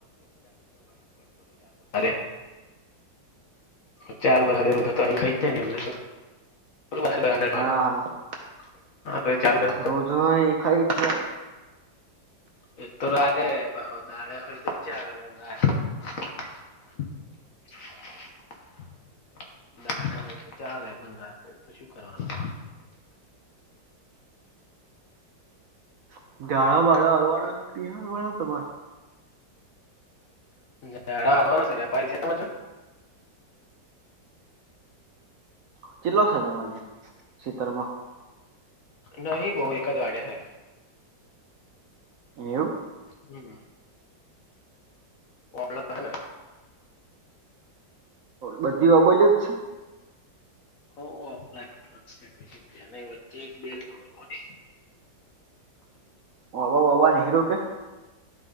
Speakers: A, on the left; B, on the right.
A: <unintelligible> <unintelligible>
B: હા હા
A: <unintelligible>
B: રોજો હોય એ ખઈ જ જાય.
A: એક તો રાતે પાહો દાડે હોય તોય ચાલે <unintelligible> <inaudible> <unintelligible> રાતે તો શું કરવાનું
B: <unintelligible>
A: <unintelligible>
B: <unintelligible>
A: નહી બહ એકદ વાડે હે.
B: એવુ
A: હમ્મ. <unintelligible>
B: બધી અબોલ જ છે.
A: <unintelligible>
B: <unintelligible>